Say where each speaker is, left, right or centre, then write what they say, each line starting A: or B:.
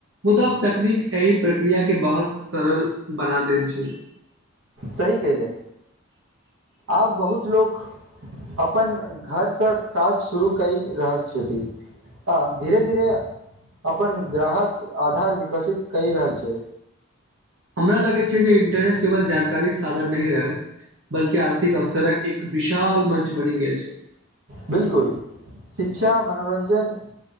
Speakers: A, on the right; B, on the right.
A: मुदा तकनीक एहि प्रक्रियाके, बहुत सरल बना देन छै।
B: सही कहिले आब बहुत लोक अपन घरसँ काज शुरू करि रहल छथिन। आ धीरे धीरे। अपन ग्राहक आधार विकसित किय रहल छै।
A: हमरा लगैत छै। जे इन्टरनेट केवल जानकारीके साधन नहि रहल। बल्कि आर्थिक अवसरक एक विशाल मंच बनी गेल छै।
B: बिल्कूल शिक्षा मनोरंजन